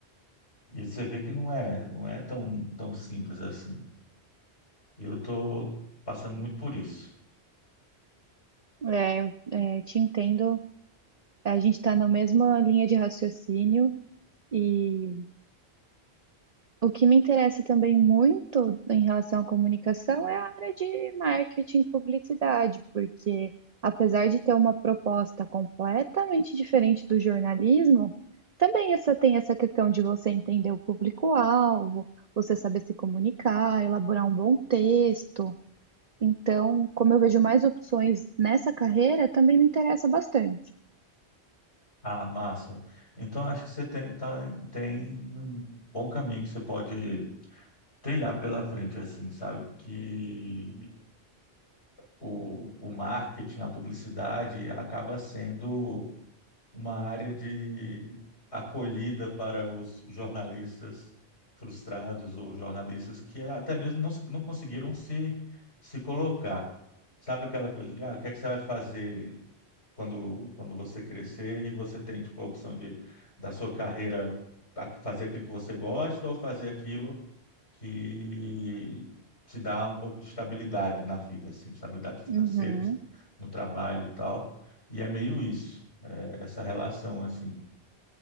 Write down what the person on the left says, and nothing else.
E você vê que não é, não é tão, tão simples assim. Eu estou passando muito por isso.
Ah, massa. Então acho que você tem, tá- tem um bom caminho que você pode trilhar pela frente, assim, sabe? Que o, o marketing, a publicidade acaba sendo uma área de acolhida para os jornalistas frustrados ou jornalistas que até mesmo não, não conseguiram se, se colocar. Sabe aquela coisa de, ah, o que é que você vai fazer quando, quando você crescer e você tem, tipo, a opção de, da sua carreira a- fazer aquilo que você gosta ou fazer aquilo que te dá um pouco de estabilidade na vida, assim, estabilidade financeira,
no trabalho e tal. E é meio isso, é, essa relação, assim.